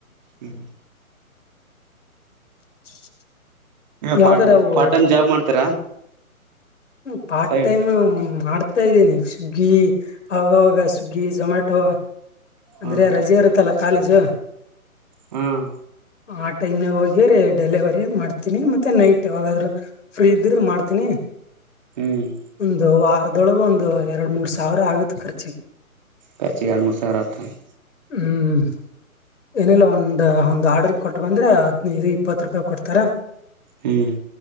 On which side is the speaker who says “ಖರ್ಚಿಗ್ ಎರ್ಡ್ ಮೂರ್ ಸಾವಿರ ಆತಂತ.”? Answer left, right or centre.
Right